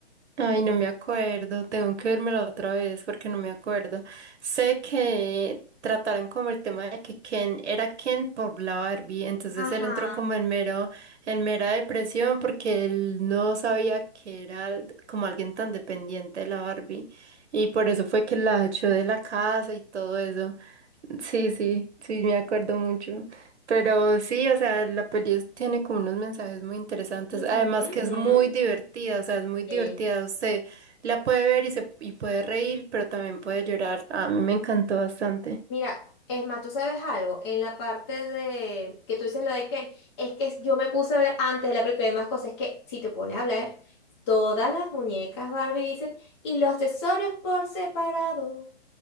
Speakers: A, on the right; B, on the left.
A: Ay, no me acuerdo, tengo que vérmela otra vez porque no me acuerdo. Sé que trataron como el tema de que Ken era Ken por la Barbie, entonces
B: Ajá.
A: él entró como en mero, en mera depresión porque él no sabía que era al- como alguien tan dependiente de la Barbie y por eso fue que la echó de la casa y todo eso. Sí, sí, sí, me acuerdo mucho. Pero sí, o sea, la peli es- tiene como unos mensajes muy interesantes.
B: Ujú,
A: Además
B: ujú.
A: que es muy divertida, o sea, es muy divertida.
B: Sí.
A: Usted la puede ver y, se, y puede reír, pero también puede llorar. A mí me encantó bastante.
B: Mira, es más, tú sabes algo, en la parte de que tú dices lo de Ken, es que yo me puse a hablar antes de la película de más cosas, es que si te pones a hablar, todas las muñecas Barbie dicen, y los accesorios por separado.